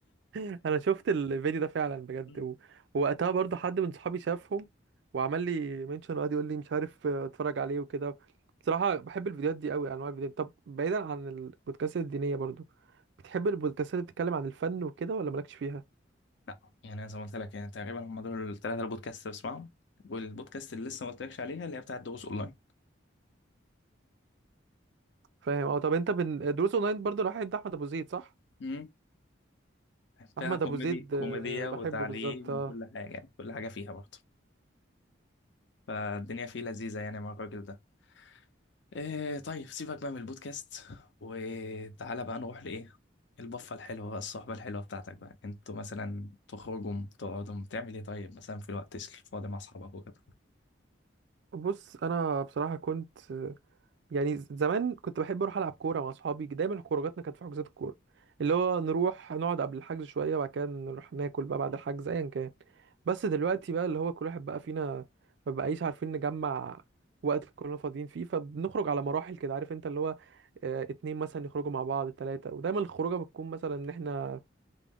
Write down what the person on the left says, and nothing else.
مم.
لا يعني أنا زي ما قلت لك يعني تقريبا هم دول الثلاثه البودكاست اللي بسمعهم والبودكاست اللي لسه ما قلتلكش عليها اللي هي بتاعت دروس اونلاين
امم فيها
كوميدي
كوميديا
وتعليم
وكل حاجه يعني كل حاجه فيها برضه فالدنيا فيه لذيذه يعني مع الراجل ده إيه طيب سيبك بقى من البودكاست وتعالى بقى نروح لايه البفه الحلوه بقى الصحبه الحلوه بتاعتك بقى انتوا مثلا تخرجوا تقعدوا تعمل ايه طيب مثلا في الوقت الفاضي مع اصحابك وكده